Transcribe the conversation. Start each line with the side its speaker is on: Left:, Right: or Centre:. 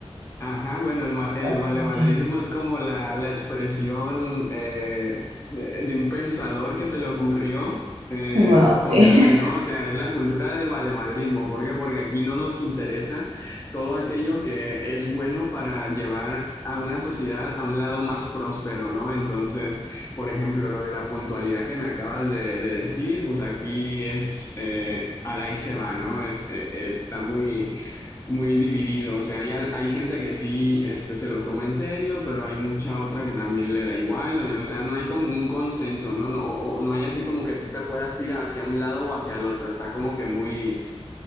Left: Ajá, bueno, el, ma- el
Right: Bueno,
Left: valemadrismo es como la, la expresión eh, de de un pensador que se le ocurrió eh,
Right: Wow,
Left: ponerle,
Right: sí. <laughs>
Left: ¿no? O sea, es la cultura del valemadrismo. ¿Por qué? Porque aquí no nos interesa todo aquello que es bueno para llevar a una sociedad a un lado más próspero, ¿no? Entonces, por ejemplo, lo de la puntualidad que me acabas de, de decir, pues aquí es, eh, al ahí se va, ¿no? Es, eh, está muy muy dividido. O sea, hay, hay gente que sí este, se lo toma en serio, pero hay mucha otra que también le da igual. O sea, no hay como un consenso, ¿no? No, o, no hay así como que tú te puedas ir hacia un lado o hacia el otro. Está como que muy,